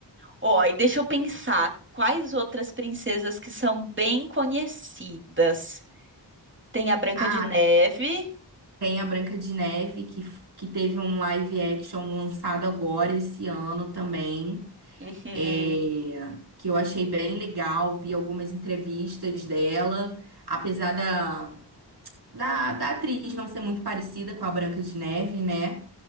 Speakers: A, on the right; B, on the right.
A: Ó, e deixa eu pensar, quais outras princesas que são bem conhecidas? Tem a Branca
B: Ah,
A: de Neve.
B: tem a Branca de Neve que, que teve um live action lançado agora esse ano também.
A: Uhum.
B: é, que eu achei bem legal, vi algumas entrevistas dela, apesar da, da, da atriz não ser muito parecida com a Branca de Neve, né?